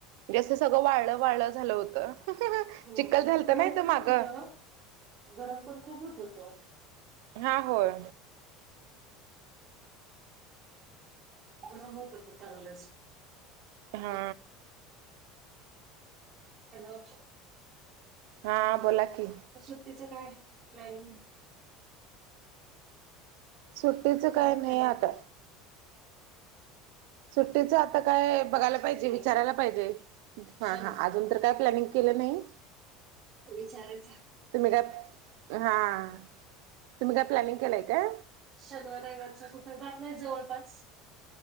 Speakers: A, on the right; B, on the right.
A: जसत सगळं वाळ वाळ झालं होत
B: हो
A: चिक्खल
B: आणि
A: झालत
B: गरम
A: नाहीत
B: पण होत
A: माग
B: होतं. गरम पण खूपत होतो.
A: हा होय.
B: घड होत पतालंच.
A: हा.
B: हॅलो.
A: हा बोला की
B: श्टीचं काय प्लॅनिंग
A: सुट्टीचं काय
B: कुठला प्लॅन
A: नाही आता
B: आहे
A: सुट्टीचं आता काय बघायला पाहिजे
B: नाही
A: विचारायला
B: का?
A: पाहिजे हा
B: शन
A: हा अजून तर काय प्लॅनिंग केलं नाही.
B: विचारायचा
A: तुम्ही काय हा. तुम्ही काय प्लनिंग केलाय का?
B: शनवार आहे मागच कुठं जात नाहीय जवळपास